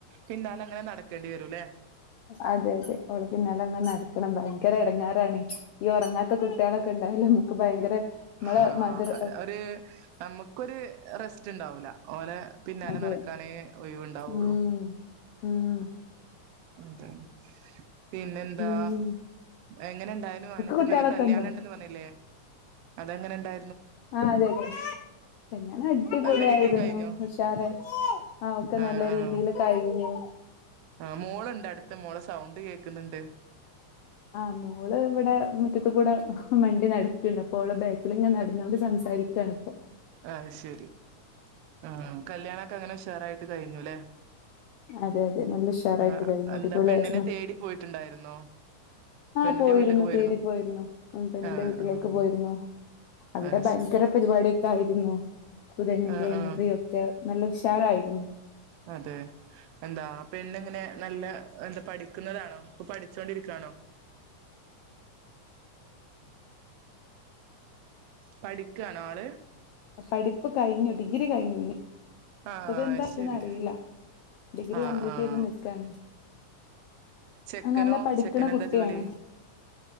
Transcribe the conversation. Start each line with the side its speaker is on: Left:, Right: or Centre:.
Right: പിന്നാലങ്ങനെ നടക്കേണ്ടി വരൂല്ലേ
Left: അതെ അതെ അവള് പിന്നാല അങ്ങ് നടക്കണം ഭയങ്കര എടങ്ങാറാണ് ഈ ഒറങ്ങാത്ത കുട്ടികളൊക്കെ ഉണ്ടായാലോ ഭയങ്കര നമ്മളെ
Right: ഹാ
Left: മധുര
Right: ഒരു നമുക്കൊരു റെസ്റ്റ് ഇണ്ടാവൂല ഓലെ പിന്നാലെ
Left: അതെ
Right: നടക്കാനേ ഒ യിവുണ്ടാവുള്ളു
Left: ഉം ഉം
Right: എന്താണ് പിന്നെന്താ
Left: ഉം
Right: എങ്ങനെ ഇണ്ടായിനു അനക്ക്
Left: കുട്ടികളൊക്കെ
Right: ഇന്നലെ കല്യാണം
Left: ഉണ്ടോ
Right: ഇണ്ടെന്ന് പറഞ്ഞിലേ അതെങ്ങനെണ്ടാ
Left: ആ അതെ അതെ <unintelligible> അടിപൊളിയായിരുന്നു
Right: നല്ല രീതിയിൽ കഴിഞ്ഞോ
Left: ഉഷാറായി ആ ഒക്കെ
Right: ആഹ്
Left: നല്ല
Right: ആഹ്
Left: രീതീല് കഴിഞ്ഞു
Right: ആഹ് മോളുണ്ട് അടുത്ത മോളെ സൗണ്ട് കേൾക്കുന്നുണ്ട്
Left: ആ മോള് ഇവിടെ മുറ്റത്ത്ക്കൂടെ മണ്ടി നടക്ക്ണ്ട് അപ്പോ ഓളെ ബാക്കില് ഞാൻ നടന്നോണ്ട് സംസാരി കാണ്പ്പൊ
Right: ആഹ് ശെരി ആ കല്യാണൊക്കെ അങ്ങനെ ഉഷാറായിട്ട് കഴിഞ്ഞു ലേ
Left: അതെ അതെ നല്ല ഉഷാറായിട്ട്
Right: ആ
Left: കഴിഞ്ഞു
Right: എന്താ
Left: അടിപൊളിയായിരുന്നു
Right: പെണ്ണിനെ തേടി പോയിട്ടുണ്ടായിരുന്നോ
Left: ആഹ്
Right: പെണ്ണിന്റെ
Left: പോയിരുന്നു
Right: വീട്ടിക്ക് പോയിരുന്നോ
Left: തേടിപ്പോയിരുന്നു ഉ പെണ്ണിന്റെ
Right: ആഹ്
Left: വീട്ടിലേക്ക്
Right: ആഹ്
Left: പോയിരുന്നു അവിടെ
Right: അത്
Left: ഭയങ്കര
Right: ശരി
Left: പരിപാടൊക്കെ ആയിരുന്നു പുതെണിന്റെ
Right: ആഹ്
Left: എൻട്രിക്കെ
Right: ആഹ്
Left: നല്ല ഉഷാറായിരുന്നു
Right: അതെ എന്താ പെണ്ണെങ്ങനെയാ നല്ല എന്താ പഠിക്കുന്നതാണോ ഇപ്പൊ പഠിച്ചോണ്ടിരിക്കയാണോ പഠിക്കാണോ ആള്
Left: പഠിപ്പ് കഴിഞ്ഞു ഡിഗ്രി കഴിഞ്ഞു ഇ
Right: ആഹ്
Left: അടുത്തന്താ
Right: ശരി
Left: അറിയില്ല ഡിഗ്രി
Right: ആഹ്
Left: കംപ്ലീറ്റ്
Right: ആഹ്
Left: ചെയ്ത് നിക്കാണ്
Right: ചെക്കനോ
Left: ആ നല്ല പഠിക്കണ
Right: ചെക്കനെന്താ
Left: കുട്ടിയാണ്
Right: ജോലി